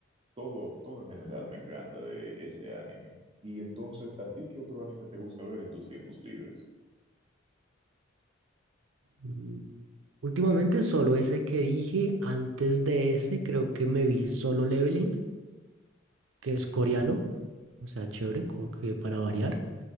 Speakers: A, on the right; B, on the right.
A: todo, todo en general me encanta de ese anime. Y entonces, ¿a ti qué otro anime te gusta ver en tus tiempos libres?
B: Mm, Últimamente solo ese que dije, antes de ese creo que me vi Solo Leveling, que es coreano, o sea, chévere, como que para variar.